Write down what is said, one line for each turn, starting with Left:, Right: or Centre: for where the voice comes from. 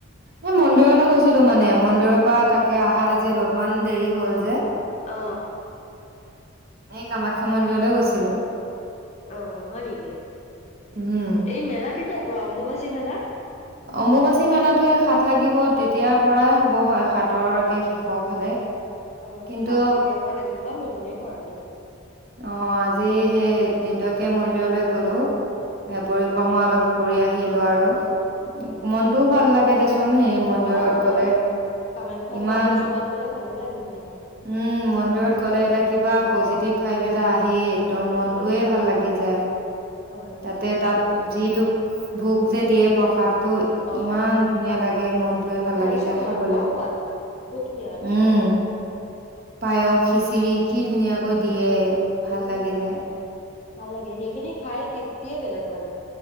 Right: এই মন্দিৰলৈ গৈছিলো মানে মন্দিৰৰ পৰা তাকে আহাত আজি অলপমান দেৰি হল যে
Left: অ
Right: এই কামাখ্যা মন্দিৰলৈ গৈছিলোঁ
Left: অ হয় নেকি
Right: উম
Left: এই মেলা কেতিয়া পৰা অম্বুবাচী মেলা
Right: অম্বুবাচী মেলাটো সাত লাগিব তেতিয়াৰ পৰাই হব হব হয় সাতৰকে শেষৰ ফালে
Left: অ সাত
Right: কিন্তু
Left: কেতিয়াৰ পৰা লাগিব বা মই মনে কৰা নাই
Right: অ আজি সেই দিনটোকে মন্দিৰলৈ গলো এ পৰিক্ৰমা
Left: অ
Right: অলপ কৰি আহি আহিলোঁ আৰু মনটোও
Left: অ
Right: ভাল লাগে দেচোন সেই মন্দিৰত
Left: অ', হয়,
Right: গলে
Left: হয়। কামাখ্যা
Right: ইমান
Left: মাৰ ওচৰত গ'লে ভালেই লাগে যেনিবা।
Right: উম মন্দিৰত গলে এটা কিবা পজিটিভ ভাইব এটা‌‌ আহেই। একদম মনটোৱে
Left: উম,
Right: ভাল লাগি যায়।
Left: হয় দে
Right: তাতে,
Left: ঠিকেই
Right: তাত
Left: কৈছ।
Right: যিটো ভোগ যে, দিয়ে প্ৰসাদ ত'
Left: অ',
Right: ইমান ধুনীয়া লাগে মনটোৱে ভাল
Left: খাইছো
Right: লাগি যায়
Left: ময়ো
Right: খাবলে।
Left: বৰ সোৱাদ বহুত ধুনীয়া লাগে
Right: উম,
Left: খাই।
Right: পায়স, খিচিৰি। কি ধুনীয়াকৈ দিয়ে।
Left: উম,
Right: ভাল লাগি যায়।
Left: ভাল লাগে সেইখিনি খাই তৃপ্তিয়ে বেলেগ মানে।